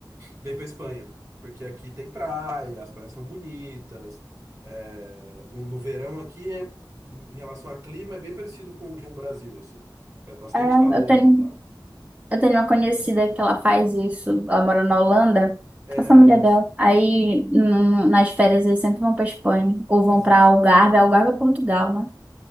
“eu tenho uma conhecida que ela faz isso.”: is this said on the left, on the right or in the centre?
Right